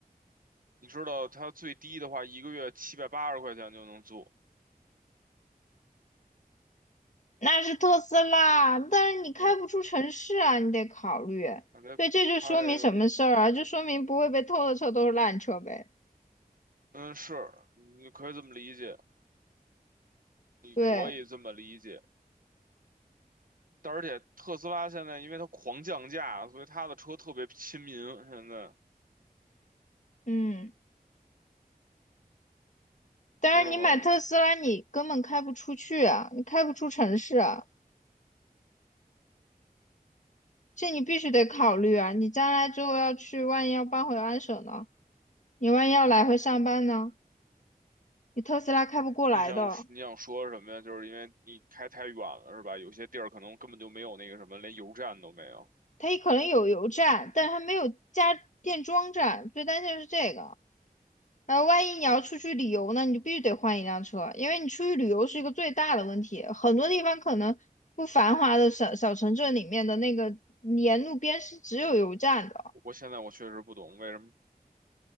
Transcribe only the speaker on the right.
你知道它最低的话，一个月七百八十块钱就能租。
对，
反正它这个，
嗯，是，你可以这么理解，你可以这么理解。
但而且特斯拉现在因为它狂降价，所以它的车特别亲民。现在
知道吗？
你想你想说什么呀？就是因为你开太远了，是吧？有些地儿可能根本就没有那个什么，连油站都没有。
我现在我确实不懂为什么